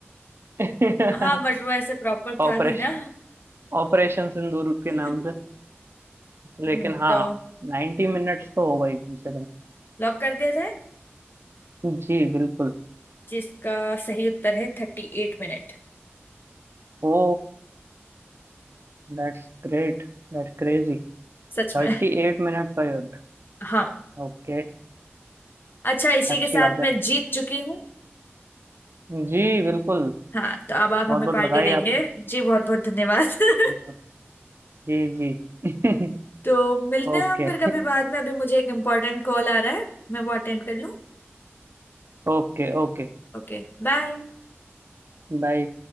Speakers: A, on the right; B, on the left.
A: पहले
B: हाँ
A: <laughs>
B: बट वो ऐसे प्रॉपर
A: ऑपरेशन
B: था नहीं ना
A: ऑपरेशन सिंदूर के
B: <laughs>
A: नाम से लेकिन
B: हम्म,
A: हाँ
B: तो
A: नाइन्टी मिनट्स तो होगा ही कम से कम
B: लॉक कर दिया जाए
A: जी बिल्कुल
B: जिसका सही उत्तर है थर्टी एट मिनट
A: Oh that's great That's crazy
B: सच
A: थर्टी
B: में
A: एट minute का युद्ध
B: हाँ
A: ओके
B: अच्छा इसी
A: अच्छी
B: के साथ
A: बात
B: मैं
A: है
B: जीत चुकी हूँ
A: जी बिल्कुल
B: हाँ तो अब
A: बहुत
B: आप हमें
A: बहुत
B: पार्टी
A: बधाई
B: देंगे
A: आपको
B: जी बहुत बहुत धन्यवाद <laughs>
A: बिल्कुल जी जी
B: तो
A: <laughs>
B: मिलते
A: ओके
B: हैं हम फिर कभी बाद में अभी मुझे एक इम्पोर्टेंट कॉल आ रहा है मैं वो अटेंड कर लूँ
A: ओके Okay
B: Okay bye
A: bye